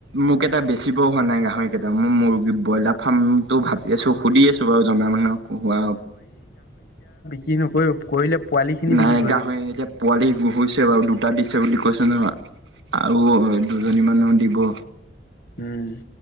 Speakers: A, on the right (about 80°); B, on the left (about 60°).
A: মোক কেইটা বেছিব হোৱা নাই গাহৰিকেইটা মই মুৰ্গী ব্ৰইলাৰ ফাৰ্মটো ভাবি আছোঁ। সুধি আছো বাৰু জনা মানুহক হোৱা
B: কি নকৰিব কৰিলে পোৱালিখিনি
A: নাই
B: বিক্ৰী কৰিবি
A: গাহৰি এতিয়া পোৱালি ঘোহুছে বাৰু দুটা দিছে বুলি কৈছে ন আৰু
B: অ'
A: দুজনী মানহ দিব
B: উম